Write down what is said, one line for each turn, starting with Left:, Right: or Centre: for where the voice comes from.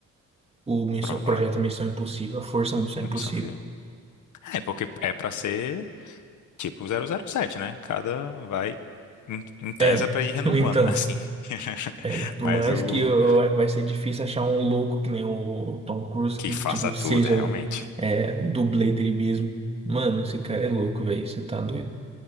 Right: O Missão,
Left: provável.
Right: projeto Missão Impossível, a Força Missão Impossível.
Left: Missão Filme. É, porque é pra ser tipo zero zero sete, né? Cada vai. Em, em tese
Right: É,
Left: é pra ir renovando,
Right: <laughs> então.
Left: né? Assim. <laughs>
Right: É, por
Left: Mas
Right: mais
Left: o
Right: que eu, vai vai ser difícil achar um louco que nem o Tom Cruise,
Left: que
Right: que,
Left: faça
Right: tipo,
Left: tudo,
Right: seja
Left: realmente.
Right: o, é, o dublê dele mesmo. Mano, esse cara é louco, velho. Você tá doido?